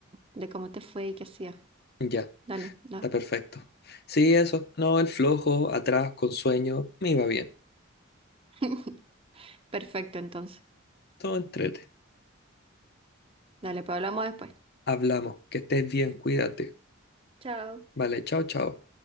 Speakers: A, on the right; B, on the left.
A: de cómo te fue y qué hacías.
B: ya,
A: Dale, da.
B: está perfecto. Sí, eso. No, el flojo, atrás, con sueño, me iba bien.
A: <laughs> Perfecto, entonces.
B: Todo entrete.
A: Dale, pues hablamos después.
B: Hablamos, que estés bien, cuídate.
A: Chao.
B: Vale, chao, chao.